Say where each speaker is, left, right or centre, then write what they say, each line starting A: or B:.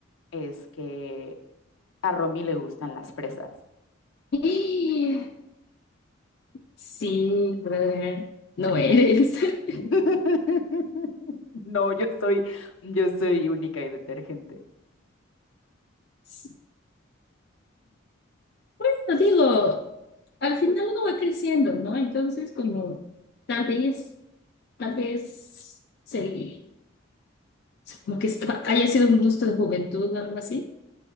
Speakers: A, on the left; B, on the left.
A: es que a Romy le gustan las fresas.
B: <gasps> Sí, brother, no eres. <laughs>
A: <laughs> No, yo soy, yo soy única y detergente.
B: Sí. Bueno, digo, al final uno va creciendo, ¿no? Entonces, como tal vez, tal vez se, como que est- haya sido un gusto de juventud o algo así.